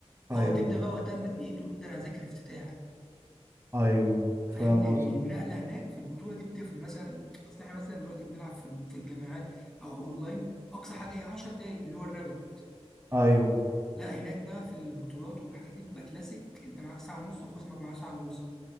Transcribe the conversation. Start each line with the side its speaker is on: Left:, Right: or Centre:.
Right: ايوه
Centre: اه تبدأ بقى وقتها إنك إيه تقول ده أنا هذاكر افتتاح
Right: ايوه فاهم
Centre: فاهم لان
Right: قصدك
Centre: النقله هناك في البطوله دي بتفرق مثلا اصل احنا مثلا دلوقتي بنلعب في في الجامعات او اونلاين اقصى حاجه هي 10 دقائق اللي هو الرابد
Right: ايوه
Centre: لا هناك بقى في البطولات والحاجات دي بيبقى كلاسيك انت معاك ساعه ونص وخصمك معاه ساعه ونص